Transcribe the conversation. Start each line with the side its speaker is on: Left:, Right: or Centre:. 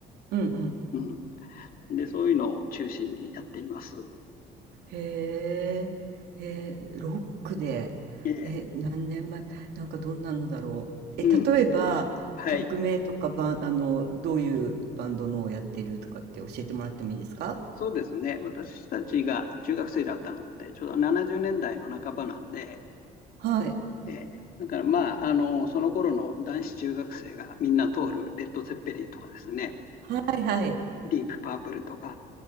Right: うんうん。
Left: うん。で、そういうのを中心にやっています。
Right: へえ。えー、ロックで。
Left: ええ。
Right: え、何年前なんかどんなのだろう。
Left: うん。
Right: え、例えば、
Left: はい。
Right: 曲名とかバン、あの、どういうバンドのをやってるとかって教えてもらってもいいですか
Left: そうですね。私たちが中学生だったのって、ちょうど70年代の半ばなんで、
Right: はい。
Left: ええ。だからまあ、あの、その頃の男子中学生がみんな通るレッド・ゼッペリンとかですね。
Right: はいはい。
Left: ディープパープルとか、